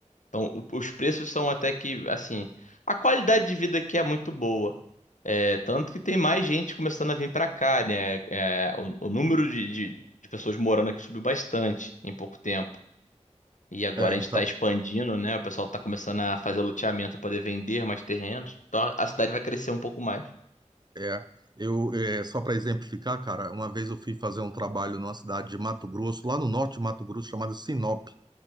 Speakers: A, on the left; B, on the right.
A: Então, o- os preços são até que, assim, a qualidade de vida aqui é muito boa. É, tanto que tem mais gente começando a vir pra cá, né? É, o, o número de, de, de pessoas morando aqui subiu bastante em pouco tempo. E agora
B: É,
A: a
B: então,
A: gente tá expandindo, né? O pessoal tá começando a fazer loteamento pra poder vender mais terrenos. Então a cidade vai crescer um pouco mais.
B: é, eu é, só para exemplificar, cara, uma vez eu fui fazer um trabalho numa cidade de Mato Grosso, lá no norte de Mato Grosso, chamada Sinop.